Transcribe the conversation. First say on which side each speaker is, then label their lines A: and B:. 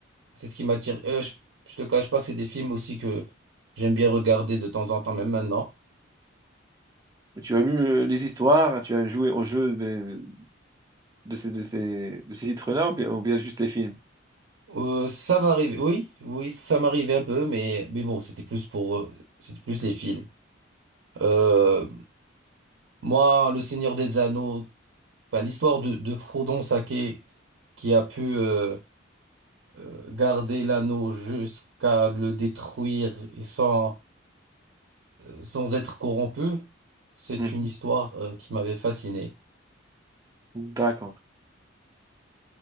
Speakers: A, on the right; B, on the right.
A: c'est ce qui m'attire. Euh, je, je te cache pas, c'est des films aussi que j'aime bien regarder de temps en temps, même maintenant.
B: Tu as lu euh, les histoires, tu as joué au jeu de, de ces, de ces, de ces titres-là ou bien, ou bien juste les films?
A: Euh, ça m'arrive, oui, oui, ça m'arrivait un peu, mais, mais bon, c'était plus pour, euh, c'était plus les films. Euh, moi, Le Seigneur des Anneaux, enfin, l'histoire de, de Frodon Sake qui a pu euh, euh, garder l'anneau jusqu'à le détruire et sans, euh, sans être corrompu, c'est
B: Mhm.
A: une histoire euh, qui m'avait fasciné.
B: D'accord.